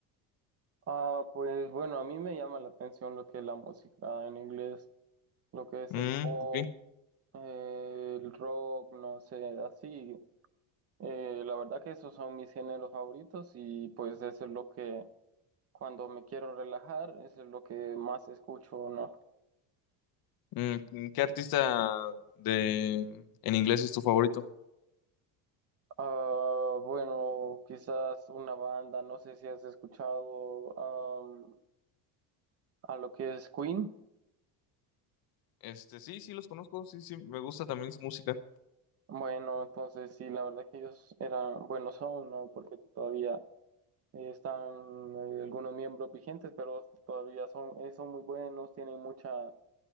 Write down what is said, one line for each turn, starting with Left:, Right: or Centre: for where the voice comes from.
Right: Ah, pues bueno, a mí me llama la atención lo que es la música en inglés, lo que es
Left: Mm,
Right: el pop,
Left: ok.
Right: eh, el rock, no sé, así. Eh, la verdad que esos son mis géneros favoritos y pues eso es lo que cuando me quiero relajar, eso es lo que más escucho, ¿no?
Left: Mm, ¿qué artista de en inglés es tu favorito?
Right: Ah, bueno, quizás una banda, no sé si has escuchado am, a lo que es Queen.
Left: Este, sí, sí los conozco, sí, sí, me gusta también su música.
Right: Bueno, entonces sí, la verdad que ellos eran buenos aún, ¿no? Porque todavía eh, están eh, algunos miembros vigentes, pero todavía son, eh, son muy buenos, tienen mucha